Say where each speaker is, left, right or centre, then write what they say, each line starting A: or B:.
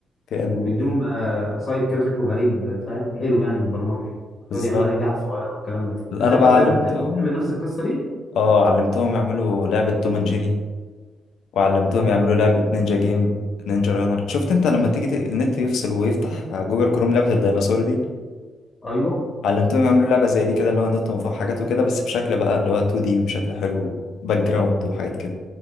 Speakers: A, on the left; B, on the left.
A: كأن
B: وبيديهم آه، سايت كده شكله غريب آه، فاهم حلو يعني للبرمجه
A: بالظبط
B: يقعد يعملوا عليه لعب صغيره والكلام ده
A: انا
B: انت انت
A: بقى علمتهم
B: نفس- بتعمل نفس القصه دي
A: اه علمتهم يعملوا لعبه توم اند جيري وعلمتهم
B: امم
A: يعملوا لعبة نينجا جيم نينجا رانر شفت انت لما تيجي ت- النت يفصل ويفتح جوجل كروم لعبة الديناصور دي
B: ايوه
A: علمتهم يعملوا لعبة زي دي كده اللي هو نط من فوق حاجات وكده بس بشكل بقى اللي هو 2D وشكل حلو باك جراوند
B: طب
A: وحاجات كده